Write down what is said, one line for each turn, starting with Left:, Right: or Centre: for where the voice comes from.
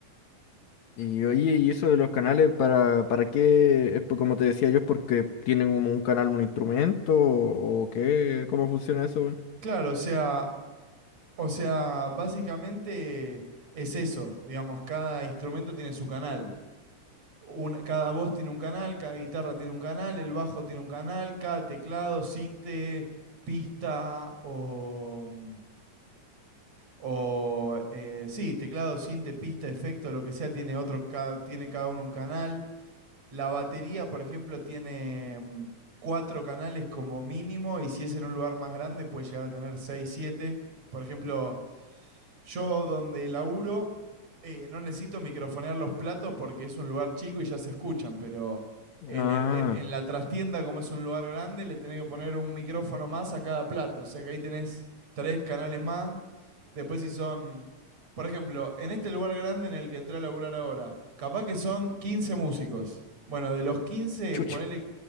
Left: Y oye, y eso de los canales, ¿para, para qué? Es por- como te decía yo, es porque tienen como un canal, un instrumento, o qué, ¿cómo funciona eso, weón?
Right: Claro, o sea, o sea, básicamente es eso, digamos, cada instrumento tiene su canal. una- cada voz tiene un canal, cada guitarra tiene un canal, el bajo tiene un canal, cada teclado, sinte, pista o... mm, O, eh, sí, teclado, sinte, pista, efecto, lo que sea, tiene otro, ca- tiene cada uno un canal. La batería, por ejemplo, tiene mm, cuatro canales como mínimo y si es en un lugar más grande puede llegar a tener seis, siete. Por ejemplo, yo donde laburo eh, no necesito microfonear los platos porque es un lugar chico y ya se escuchan, pero en,
Left: Ah,
Right: el- en- en la trastienda, como es un lugar grande, le tenés que poner un micrófono más a cada plato. O sea que ahí tenés tres canales más. Después si son, por ejemplo, en este lugar grande en el que entré a laburar ahora, capaz que son 15 músicos. Bueno, de los 15
Left: chucha,
Right: ponele...